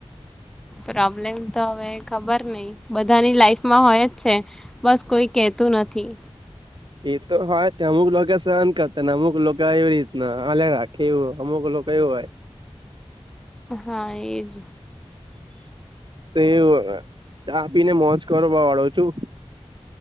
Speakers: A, in the centre; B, on the right.
A: પ્રોબ્લેમ તો હવે ખબર નઈ બધાની લાઈફમાં હોય જ છે બસ કોઈ કહેતું નથી.
B: એ તો હોય અમુક લોકો સહન કરતા ને અમુક લોકો એવી રીતના હલયા રાખ. કેવું હમુકલો કવું ભાઈ
A: હા એજ
B: તો વ ચા પી ને મોજ કરો બ વાળો છું.